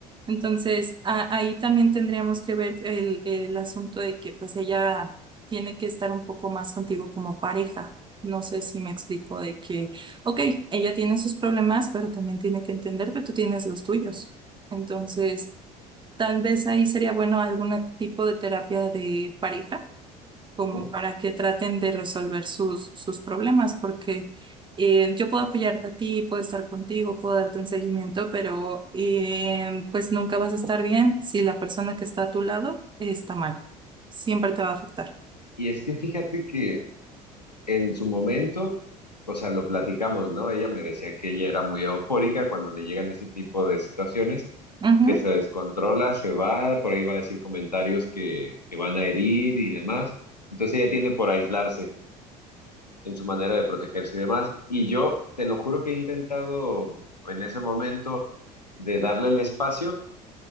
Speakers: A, on the right (about 25°); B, on the left (about 85°).
A: Entonces, a- ahí también tendríamos que ver el, el asunto de que pues ella tiene que estar un poco más contigo como pareja. No sé si me explico de que, ok, ella tiene sus problemas, pero también tiene que entender que tú tienes los tuyos. Entonces, tal vez ahí sería bueno algún tipo de terapia de pareja como
B: Ujú.
A: para que traten de resolver sus, sus problemas, porque eh, yo puedo apoyarte a ti, puedo estar contigo, puedo darte un seguimiento, pero eh, pues nunca vas a estar bien si la persona que está a tu lado está mal. Siempre te va a afectar.
B: Y es que fíjate que en su momento, o sea, lo platicamos, ¿no? Ella me decía que ella era muy eufórica cuando le llegan ese tipo de situaciones,
A: Ujú,
B: que se descontrola, se va, por ahí va a decir comentarios que, que van a herir y demás. Entonces ella tiende por aislarse en su manera de protegerse y demás. Y yo te lo juro que he intentado en ese momento de darle el espacio,